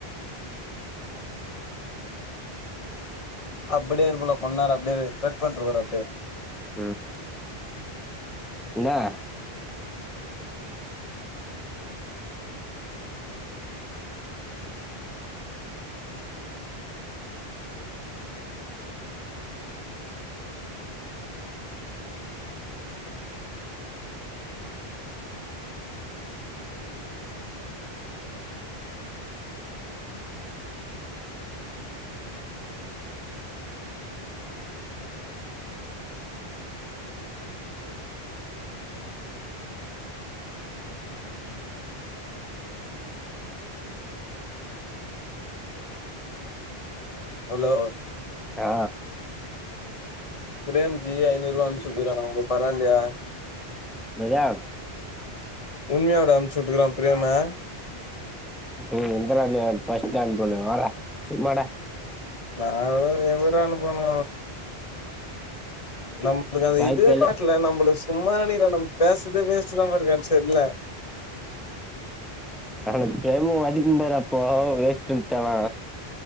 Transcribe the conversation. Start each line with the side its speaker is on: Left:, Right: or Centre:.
Left: <inaudible> அப்டியே இரு புள்ள கொன்னேரோ அப்டியே இரு கட் பண்ட்டு வர்ர அப்டியே இரு
Centre: ம் இந்தா
Left: ஹலோ
Centre: ஆ
Left: பிரேம்ஜி ஐநூறு ரூபா அம்ச்சிட்டு விட்டுறுகாரா உனக்கு பரவால்யா
Centre: என்னது
Left: உண்மியாவாடா அம்ச்சுட்டுக்கறா பிரேமு
Centre: ம் இங்கதா இங்க பஸ்ட்டு அனுப்புன வாடா சும்மாடா
Left: நால்லா எவரு அனுப்பனு நம் உங்ளுக்கு அந்த
Centre: வாய்ப்பே
Left: இதுவே
Centre: இல்ல
Left: காட்டுல நம்பலுஸ் சும்மா இரு நீரா நம் பேசுதே வேஸ்ட்டுதா மார் இருக்கா செர்ல
Centre: அவனுக்கு பிரேமு அதிகுந்தான அப்போ வேஸ்ட்ன்டானா